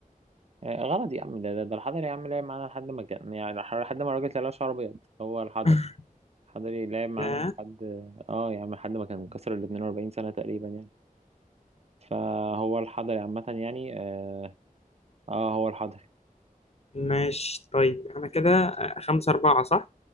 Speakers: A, on the right; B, on the left.
A: آه، غلط يا عم ده ده, ده الحضري يا عم لعب معانا لحد ما كان يعني لح- لحد ما الراجل طلع شعره ابيض هو الحضري
B: <laughs>
A: الحضري لعب معانا
B: لا
A: لحد اه يا عم لحد ما كان كسر ال 42 سنة تقريبا يعني فهو الحضري عامة يعني اه, آه هو الحضري
B: ماشي طيب أنا كده آه، خمسة أربعة صح